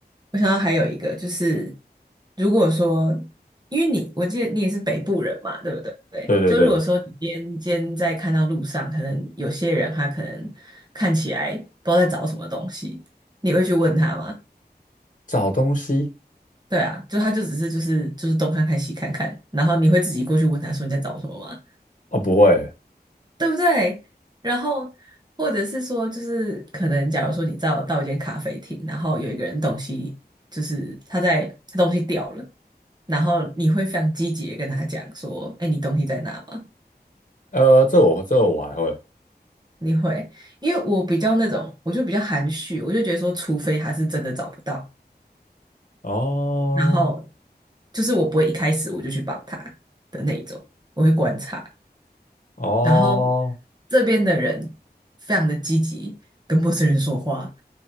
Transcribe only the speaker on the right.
我想到还有一个就是，如果说，因为你，我记得你也是北部人嘛，对不对？对，
就如果说你今天今天在看到路上，可能有些人他可能看起来不知道在找什么东西，你会去问他吗？
对啊，就他就只是就是就是东看看西看看，然后你会自己过去问他说你在找什么吗？
对不对？然后或者是说，就是可能假如说你到到一间咖啡厅，然后有一个人东西就是他在他东西掉了，然后你会非常积极的跟他讲说：“哎，你东西在哪吗？”
你会，因为我比较那种，我就比较含蓄，我就觉得说，除非他是真的找不到，
然后就是我不会一开始我就去帮他的那一种，我会观察。
然后这边的人非常的积极，跟陌生人说话。